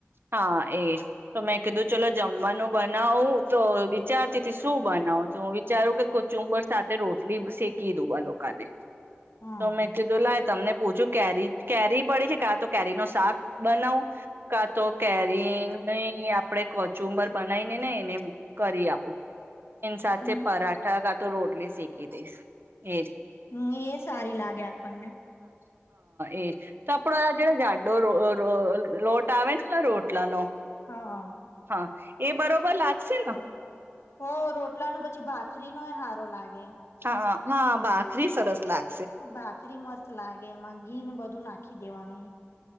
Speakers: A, on the right; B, on the left.
A: હા એ તો મેં કીધું ચલો, જમવાનું બનાવું તો વિચારતી શું બનાવું છું? હું વિચારું કે કોચુંબર સાથે રોટલી શેકી દઉ આ લોકાને
B: હા.
A: તો મેં કીધું લાય તમને પૂછું, કેરી કેરી પડે છે, કાં તો કેરી ન શાક બનાવું કાં તો, કેરીની આપણે કચુંબર બનાવીને ને એને કરી આપું. એન સાથે
B: હમ
A: પરા તો રોટલી શેકી દઈશ. એજ
B: હમ એ સારી લાગે આપણને.
A: એ તો આપડો આ જેડ જાડો રો રો લોટ આવે ને રોટલાનો,
B: હા. હા.
A: હા એ બરોબર લાગ પશે ન <unintelligible>
B: હો રોટલાનો પછી, ભાખરીનો એ હારો લાગે.
A: હા. હા. ભાખરી સરસ લાગે.
B: બાખરી મજ <unintelligible> લાગે એમાં. ઘી ને બધું નાખી દેવાનું